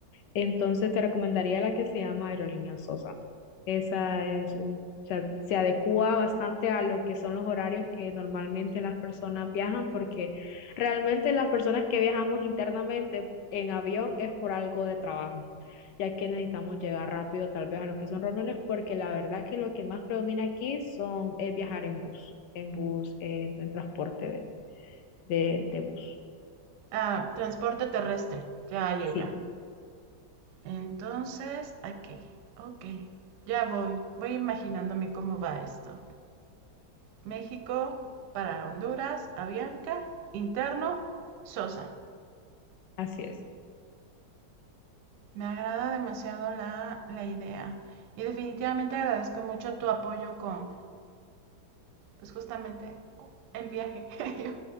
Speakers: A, on the left; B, on the right.
A: Entonces te recomendaría la que se llama Aerolínea Sosa. Esa es un, o sea, se adecua bastante a lo que son los horarios que normalmente las personas viajan porque realmente las personas que viajamos internamente en avión es por algo de trabajo ya que necesitamos llegar rápido tal vez a lo que son reuniones, porque la verdad que lo que más predomina aquí son, es viajar en bus, en bus, eh, en transporte de, de, de bus.
B: Ah, transporte terrestre. Ya, ya,
A: Sí,
B: ya. Entonces, aquí. Ok. Ya voy. Voy imaginándome cómo va esto. México para Honduras, Avianca, interno, Sosa.
A: así es.
B: Me agrada demasiado la, la idea. Y definitivamente agradezco mucho tu apoyo con, pues justamente el viaje. <laughs>